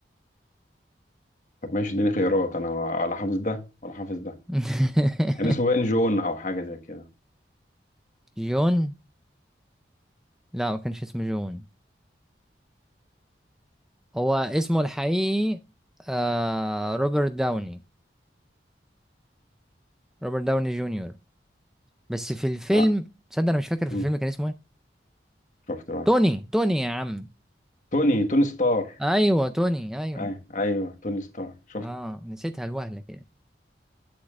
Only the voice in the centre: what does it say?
<laughs>
جون لا ما كانش اسمه جون هو اسمه الحقيقي آه روبرت داوني روبرت داوني جونيور بس في الفيلم
تصدق انا مش فاكر في
الفيلم كان اسمه ايه
توني توني يا عم
ايوه توني ايوه
اه نسيتها الوهلة كده